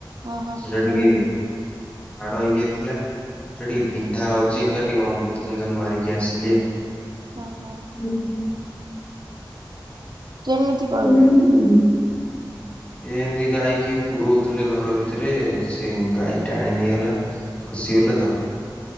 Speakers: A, on the right (about 60°); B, on the left (about 15°).
A: ଓହୋ
B: ସେଟା ଟିକେ ଆଡ <unintelligible> ଥିଲା। ସେ ଟିକେ ବିନ୍ଧା ହଉଛି ଇକା ଟିକେ ଅମୃତ୍ୟଞ୍ଜନ ମାରିକି ଆସିଲି ଆଉ।
A: ହଁ ହଁ।
B: ହୁଁ ହୁଁ।
A: କେମିତି କରିଲେ
B: <unintelligible> ଏ ଏମିତି ଗାଈ କି ପୁରଉଥିଲେ ଘର ଭିତରେ ସେ ଗାଈ ଟାଣି ନେଇଗଲା। ଖୁସି ହେଲେ ତ।